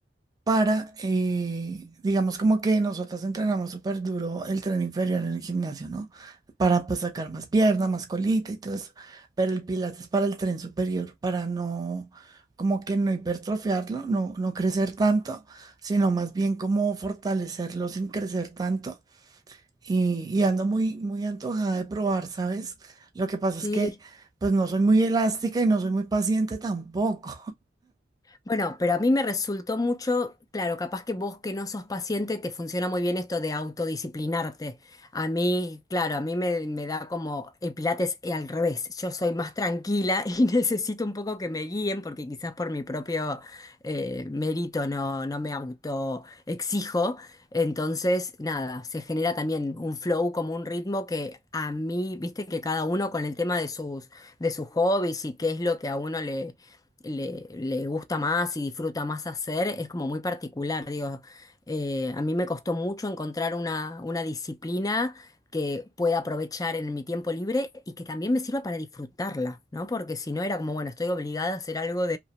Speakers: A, on the right; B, on the left.
A: para, eh, digamos como que nosotras entrenamos súper duro el tren inferior en el gimnasio, ¿no? Para pues sacar más pierna, más colita y todo eso, pero el pilates es para el tren superior, para no, como que no hipertrofiarlo, no, no crecer tanto, sino más bien como fortalecerlo sin crecer tanto. Y, y ando muy, muy antojada de probar, ¿sabes? Lo que pasa es
B: sí.
A: que pues no soy muy elástica y no soy muy paciente tampoco.
B: Bueno, pero a mí me resultó mucho, claro, capaz que vos que no sos paciente te funciona muy bien esto de autodisciplinarte. A mí, claro, a mí me, me da como el Pilates al revés. Yo soy más tranquila <laughs> y necesito un poco que me guíen porque quizás por mi propio eh, merito, no, no me auto exijo. Entonces, nada, se genera también un flow como un ritmo que a mí, viste que cada uno con el tema de sus, de sus hobbies y qué es lo que a uno le, le, le gusta más y disfruta más hacer, es como muy particular, digo. eh, a mí me costó mucho encontrar una, una disciplina que pueda aprovechar en mi tiempo libre y que también me sirva para disfrutarla, ¿no? Porque si no era como, bueno, estoy obligada a hacer algo